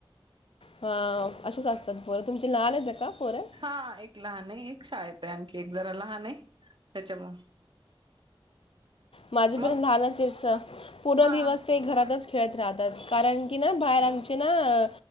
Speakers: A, on the left; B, on the right.
A: हा असंच असत. तर बरं तुमचे लाल आहेत ना का? पोरं
B: हा, एक लहान आहे एक शाळेत आहे, आणखी एक जरा लहान आहे त्याच्यामुळ
A: माझे पण
B: मग
A: लहानच आहेत पूर्ण
B: हा
A: दिवस ते घरातच खेळत राहतात, कारण की ना बाहेर आमचे ना